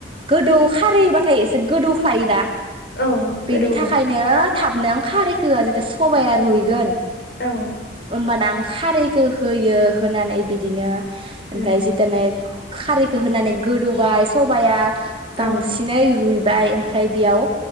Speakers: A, on the right; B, on the left.
A: गोदौ खारैबाथाय एसे गोदौख्लायोना
B: औ
A: बेनि
B: गोदौवो
A: थाखायनो थाब नों खारैखो होया जेदा सबाइया रुयगोन
B: औ
A: ओमबा नांग खारैखो होयो होनानै बिब दिनो
B: उम
A: ओमफ्राय जितानै खारैखो होनानै गोदौबाय सबाइया
B: औ
A: बांसिनैयै रुयब बाय ओमफाय बेयाव